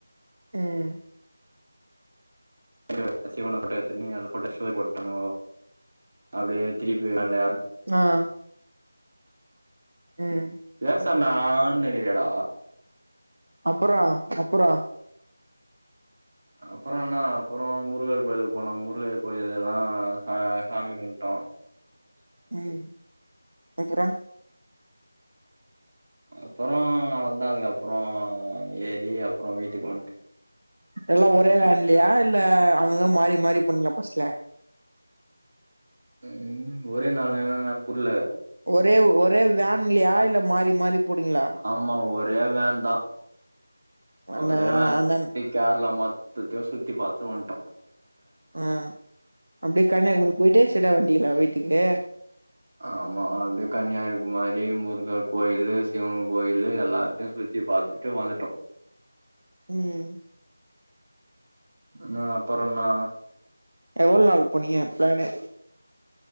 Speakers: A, on the right (about 65°); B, on the right (about 35°).
A: ஹும்
B: <inaudible> சிவன போட்டோ எடுத்து <inaudible> அப்டியே <unintelligible> திருப்பி நல்ல
A: ஆஹ் ஹும்
B: பேசண்ணான்னு இருக்கிறியாடா
A: அப்படா அப்படா
B: அப்புற என்னா அப்புற முருகர் கோயிலுக்கு போனோ முருகன் கோயில எல்லா சாமி கும்டோம்
A: ஹும் அப்புறம்
B: அப்புற அவ்ளதா அதுக்கு அப்புற ஏறி அப்புற வீட்டுக்கு வந்ட்
A: எல்லா ஒரே வேன்லியா இல்ல அங்கங்க மாறி மாறி போணிங்கலா பஸ்ல
B: ஹும் ஒரே நால <unintelligible> புரியல
A: ஒரே ஒரே வேன்லியா இல்ல மாறி மாறி போனீங்களா
B: ஆமா ஒரு ரே வேன் தான்
A: அந்த
B: ஒரே மாரி
A: அந்த
B: கேரள மொத் சுத்தோ சுத்தி பார்த்து வன்ட்டோ
A: ஆஹ் அப்டியே கன்னியாகுமரி போயிட்டு ஸ்டைடா வண் வன்டிங்கிளா வீட்டுக்கு
B: ஆமா வந்து கன்னியாகுமாரி முருக கோயிலு சிவன் கோயிலு எல்லாத்தையு சுத்தி பார்த்துட்டு வந்துட்டோ
A: ஹும்
B: இன்னும் அப்புறம்ண்ணா
A: எவ்வளோ நாள் போனீங்க பிளான்னு